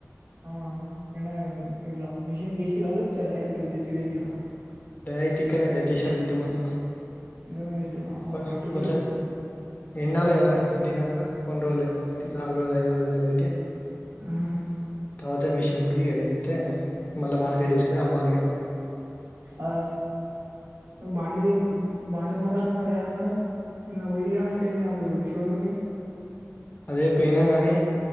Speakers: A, on the right (about 70°); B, on the left (about 35°).
A: అవునా ఏన్న ఇ మెషిన్ కే ఏసలా ఇ డైరెక్ట్ తెచ్చి ఈడ ఏసిండ్ల
B: డైరెక్ట్ ఇక్కన్నె తెచ్చి ఏసినం ఇంటి ముందు
A: ఎండేసిలా మరి
B: కొ
A: పట్టించిరు
B: కొంచెం
A: ఇప్పుడు
B: ఎండాలి కదరా ఎండినాక కొన్ని రోజులు ఎండ నాలుగు రోజులు ఐదు రోజులు ఎండపెట్టి
A: ఆహా
B: తర్వాత మిషన్కి ఇగ ఎత్తే మళ్ళా మార్కెట్ తీసుక పోయి అమ్మాలి ఇగా
A: అ బండి బండి కొంటున్నావ్ మరి మార నిన్న పోయిండ్లు ఏమో స్టే అటు షో రూమ్కి
B: అదే పోయినాం కనీ